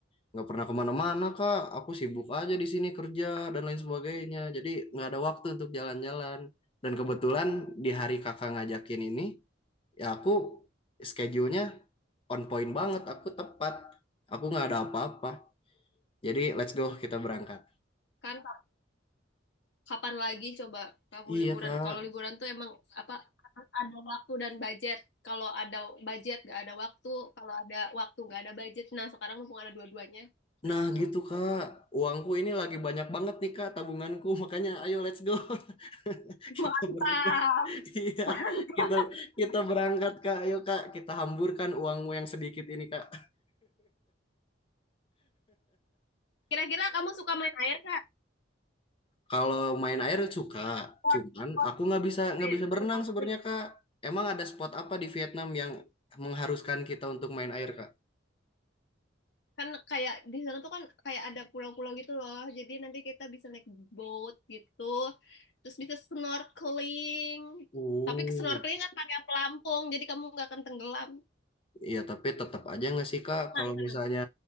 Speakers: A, on the left (about 30°); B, on the left (about 65°).
A: nggak pernah kemana-mana, Kak. Aku sibuk aja di sini kerja dan lain sebagainya. Jadi nggak ada waktu untuk jalan-jalan. Dan kebetulan di hari Kakak ngajakin ini, ya aku schedule-nya on point banget. Aku tepat. Aku nggak ada apa-apa. Jadi let's go kita berangkat.
B: Kan kapan lagi coba kamu
A: Iya
B: liburan?
A: Kak,
B: Kalau liburan tuh emang apa ada waktu dan budget. Kalau ada budget nggak ada waktu. Kalau ada waktu nggak ada budget. Nah sekarang mumpung ada dua-duanya, let's
A: Nah
B: go.
A: gitu Kak, uangku ini lagi banyak banget nih Kak tabunganku, <laughs> makanya ayo let's go. <laughs>
B: <laughs>
A: Kita
B: Mantap.
A: berangkat. Iya,
B: Mantap.
A: kita kita berangkat Kak. Ayo Kak, kita hamburkan uangmu yang sedikit ini Kak.
B: Kira-kira kamu suka main air nggak?
A: Kalau main air suka,
B: Port,
A: cuman
B: port,
A: aku nggak bisa nggak
B: air,
A: bisa berenang
B: snorkeling.
A: sebenarnya Kak. Emang ada spot apa di Vietnam yang mengharuskan kita untuk main air Kak?
B: Kan kayak di sana tuh kan kayak ada pulau-pulau gitu loh. Jadi nanti kita bisa naik boat gitu. Terus bisa snorkeling.
A: Oh.
B: Tapi ke snorkeling kan pakai pelampung, jadi kamu nggak akan tenggelam.
A: Iya, tapi tetap aja nggak sih Kak,
B: Tenang,
A: kalau
B: tenang.
A: misalnya